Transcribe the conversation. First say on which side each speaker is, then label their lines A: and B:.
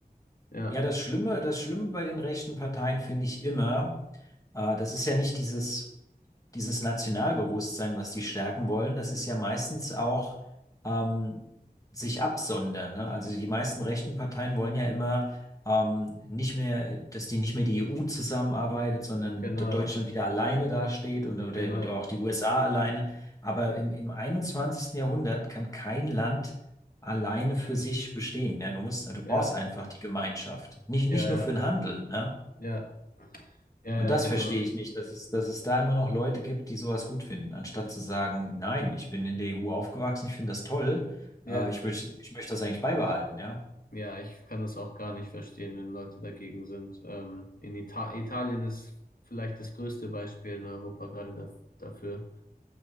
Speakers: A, on the left; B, on the left.
A: Ja,
B: Ja, das Schlimme, das Schlimme bei den rechten Parteien finde ich immer, äh, das ist ja nicht dieses dieses Nationalbewusstsein, was die stärken wollen, das ist ja meistens auch ähm, sich absondern. Ne? Also die meisten rechten Parteien wollen ja immer ähm, nicht mehr, dass die nicht mehr die EU zusammenarbeitet, sondern
A: genau,
B: dass Deutschland wieder alleine dasteht und oder,
A: genau.
B: oder auch die USA alleine. Aber im, im einundzwanzigsten Jahrhundert kann kein Land alleine für sich bestehen. Ne? Du musst, du brauchst
A: Ja,
B: einfach die Gemeinschaft. Nicht,
A: ja,
B: nicht
A: ja,
B: nur für den Handel, ne?
A: ja, ja,
B: Und
A: ja,
B: das
A: genau.
B: verstehe ich nicht, dass es, dass es da immer noch Leute gibt, die sowas gut finden, anstatt zu sagen, nein, ich bin in der EU aufgewachsen, ich finde das toll,
A: Ja,
B: äh, ich möchte, ich möchte das eigentlich beibehalten, ja.
A: ja, ich kann das auch gar nicht verstehen, wenn Leute dagegen sind. Ähm, in Ita Italien ist vielleicht das größte Beispiel in Europa gerade da dafür,